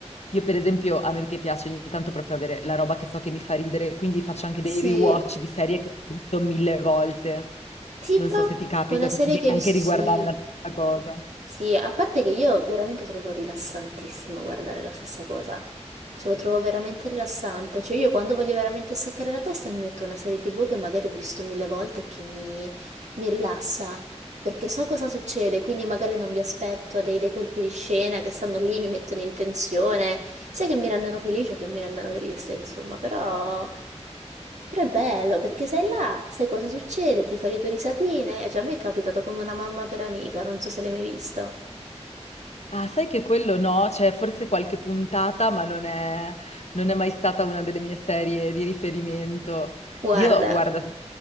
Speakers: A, on the left; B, on the right.
A: Io per esempio, a me che piace ogni tanto proprio avere la roba che so che mi fa ridere, quindi faccio anche
B: Sì.
A: dei rewatch di serie che ho visto mille volte.
B: Tipo
A: Non so se ti capita,
B: una serie
A: se ti devi
B: che hai
A: anche
B: visto...
A: riguardare
B: Sì.
A: la stessa cosa.
B: Sì, a parte che io veramente trovo rilassantissimo guardare la stessa cosa. Ce lo trovo veramente rilassante. Cioè io quando voglio veramente staccare la testa mi metto una serie TV che magari ho visto mille volte e che mi, mi rilassa perché so cosa succede, quindi magari non mi aspetto dei, dei colpi di scena che stanno lì, mi mettono in tensione, sia che mi rendano felice o che mi rendano triste, insomma, però, però è bello perché sei là, sai cosa succede, ti fai le tue risatine, Eh, cioè a me è capitato con una mamma per amica, non so se l'hai mai visto.
A: Ah, sai che quello no, c'è forse qualche puntata, ma non è, non è mai stata una delle mie serie di riferimento.
B: Guarda,
A: Io, guarda,